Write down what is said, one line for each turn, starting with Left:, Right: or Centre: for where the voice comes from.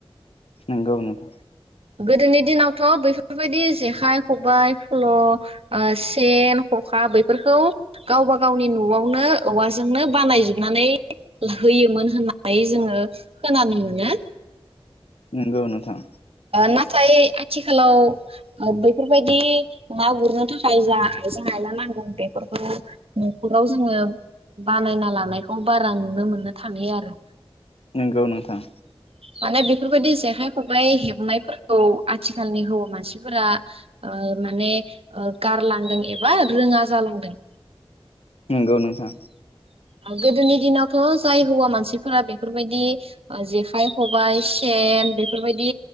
Left: नंगौ नोंथां।
Right: गोदोनि दिनावथ' बेफोरबायदि जेखाइ खबाइ फल' ओ सेन खखा बैफोरखौ गावबा गावनि न'आवनो औवाजोंनो बानायजोबनानै होयोमोन होननानै जोङो खोनानो मोनो।
Left: नंगौ नोंथां।
Right: नाथाय आथिखालाव बेफोरबायदि ना गुरनो थाखाय जा आइजें-आयला नांगौ बेफोरखौ न'खराव जोङो बानायना लानायखौ बारा नुनो मोननो थालिया आरो।
Left: नंगौ नोंथां।
Right: माने बेफोरबायदि जेखाय खबाइ हेब नायफोरखौ आथिखालनि हौवा मानसिफोरा ओ माने ओ गारलांदों एबा रोङा जालांदों।
Left: नंगौ नोंथां।
Right: गोदोनि दिनावथ' जाय हौवा मानसिफोरा बेफोरबायदि ओ जेखाइ खबाइ सेन बेफोरबायदि